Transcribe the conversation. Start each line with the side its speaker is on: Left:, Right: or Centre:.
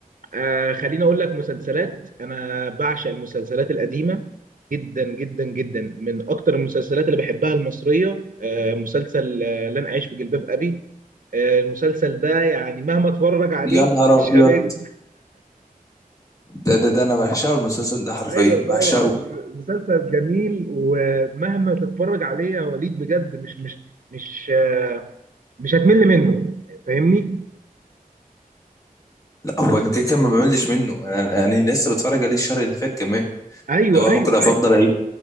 Right: آه خليني اقول لك مسلسلات انا بعشق المسلسلات القديمه جدا جدا جدا من اكتر المسلسلات اللي بحبها المصريه آه مسلسل آه لن اعيش في جلباب ابي آه المسلسل ده يعني مهما اتفرج عليه
Left: يا نهار
Right: مش
Left: ابيض
Right: همل
Left: ده ده ده انا بعشقه المسلسل ده حرفيا
Right: ايوه طبعا
Left: بعشقه
Right: مسلسل جميل ومهما تتفرج عليه يا وليد بجد مش مش مش آه، مش هتمل منه فاهمني
Left: لا هو انا كده كده ما بعملش منه أنا- أنا- يعني لسه بتفرج عليه الشهر اللي فات كمان
Right: ايوه
Left: اللي هو
Right: ايوه
Left: ممكن أبقى
Right: ايوه
Left: افضل اعيش